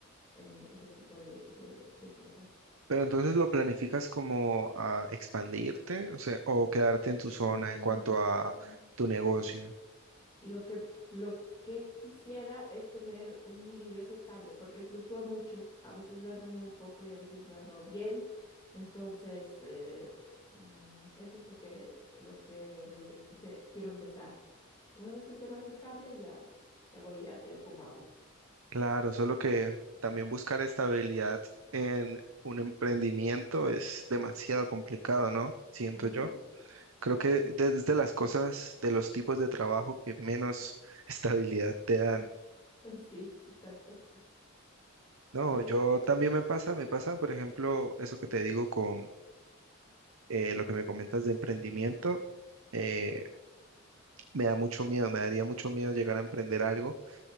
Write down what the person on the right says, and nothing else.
Pero entonces lo planificas como a expandirte, o sea, o quedarte en tu zona
en cuanto a tu negocio.
Claro, solo que también buscar estabilidad en un emprendimiento es demasiado complicado, ¿no? Siento
yo. Creo que desde las cosas, de los tipos de trabajo que menos <laughs> estabilidad te dan.
No,
yo
también me pasa, me pasa, por ejemplo, eso que te digo con eh, lo que me comentas de emprendimiento, eh, me da mucho miedo, me daría mucho miedo llegar a emprender algo